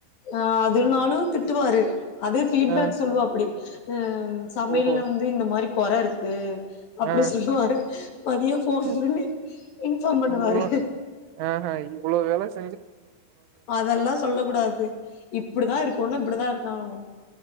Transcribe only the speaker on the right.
ஆ
ஓஹோ
ஆ
ம்.
இவ்ளோ ஆஹ இவ்ளோ வேலஸ்